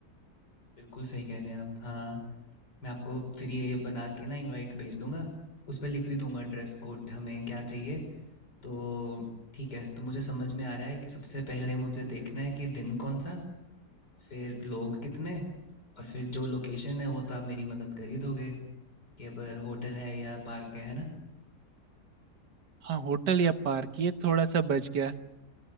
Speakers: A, on the left; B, on the right.
A: बिल्कुल सही कह रहे हैं आप हाँ मैं आपको फिर ये बना के ना इनवाइट भेज दूंगा उस पर लिख भी दूंगा ड्रेस कोड हमें क्या चाहिए तो ठीक है तो मुझे समझ में आ रहा है कि सबसे पहले मुझे देखना है कि दिन कौन सा फिर लोग कितने और फिर जो लोकेशन है वो तो आप मेरी मदद कर ही दोगे कि अब होटल है या पार्क है है ना
B: हाँ होटल या पार्क ये थोड़ा सा बच गया